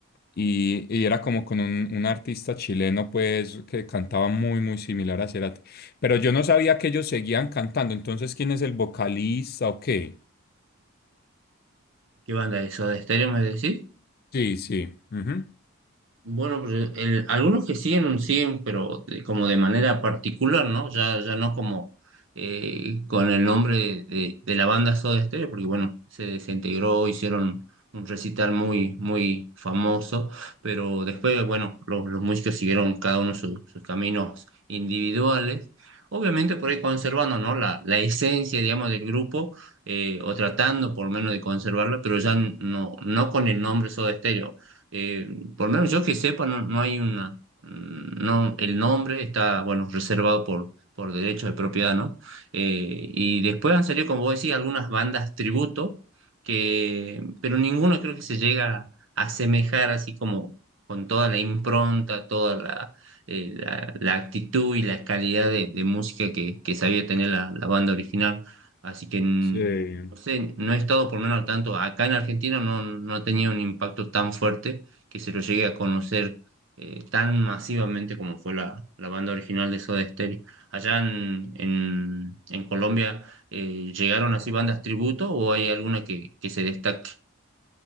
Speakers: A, on the left; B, on the right.
A: Y, y era como con un, un artista chileno, pues, que cantaba muy, muy similar a Cerati. Pero yo no sabía que ellos seguían cantando. Entonces, ¿quién es el vocalista o qué?
B: ¿Qué banda es? ¿Soda Stereo me decís?
A: Sí, sí. ujú.
B: Bueno, pues el- algunos que siguen, siguen, pero de- como de manera particular, ¿no? Ya, ya no como eh, con el nombre de, de- de la banda Soda Stereo, porque bueno, se desintegró, hicieron un recital muy, muy famoso, pero después, bueno, los, los músicos siguieron cada uno su- sus caminos individuales, obviamente por ahí conservando, ¿no? La, la esencia, digamos, del grupo, eh, o tratando por lo menos de conservarla, pero ya no, no con el nombre Soda Stereo eh, por lo menos yo que sepa, no, no hay una, mm, no, el nombre está, bueno, reservado por, por derecho de propiedad, ¿no? Eh, y después han salido, como vos decís, algunas bandas tributo, que, pero ninguno creo que se llega a asemejar así como con toda la impronta, toda la, eh, la, la actitud y la calidad de, de música que, que sabía tener la, la banda original. Así que... mm,
A: Sí.
B: no sé, no he estado por lo menos al tanto. Acá en Argentina no, no ha tenido un impacto tan fuerte que se lo llegue a conocer eh, tan masivamente como fue la, la banda original de Soda Stereo. ¿Allá en, en, en Colombia eh, llegaron así bandas tributo o hay alguna que, que se destaque?